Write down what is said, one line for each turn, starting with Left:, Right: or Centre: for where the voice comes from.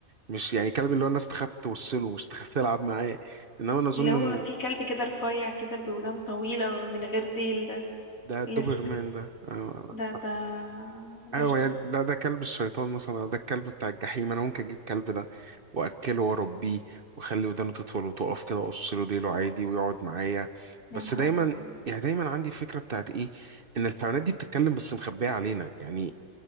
Right: مش يعني كلب اللي هو الناس تخاف توصله مش تخاف تلعب معاه انما انا اظن
Left: اللي هو
Right: ان
Left: في كلب كده رفيع كده بودان طويلة من غير ديل ده
Right: ده الدوبرمان
Left: الأسود
Right: ده آه.
Left: ده ده
Right: ايوه
Left: بشع
Right: يعني ده ده كلب الشيطان مثلا او ده الكلب بتاع الجحيم انا ممكن اجيب الكلب ده واكله واربيه واخلي ودانه تطول وتقف كده واقص له ديله عادي ويقعد معايا
Left: يا
Right: بس
Left: نهار
Right: دايما
Left: أبيض
Right: يعني دايما عندي فكره بتاعت ايه ان الحيوانات دي بتتكلم بس مخبيه علينا يعني